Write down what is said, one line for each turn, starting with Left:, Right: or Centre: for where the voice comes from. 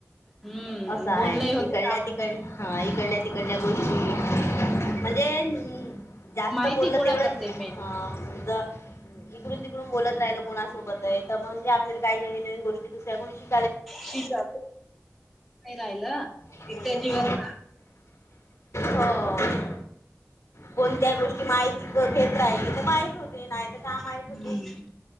Centre: हम्म
Left: असं आहे,
Centre: बोलणंही होते
Left: इकडल्या
Centre: कामही
Left: तिकडल्या हा, इकडल्या तिकडल्या गोष्टची म्हणजे
Centre: होते.
Left: जास्त
Centre: माहिती
Left: बोललं
Centre: गोळा
Left: तेवढंच
Centre: करते मेन.
Left: हज इकडून तिकडून बोलत राहील, कोणासोबत आहे म्हणजे आपल्याला काही नवीन नवीन दुसऱ्याकुन शिकु
Centre: शिजा राहिला
Left: हम्म.
Centre: एकट्या जीवाला
Left: हो कोणत्या गोष्टीची माहिती घेत राहिली तर माहीत होतं, नाहीतर काय माहीत
Centre: हम्म
Left: होतं?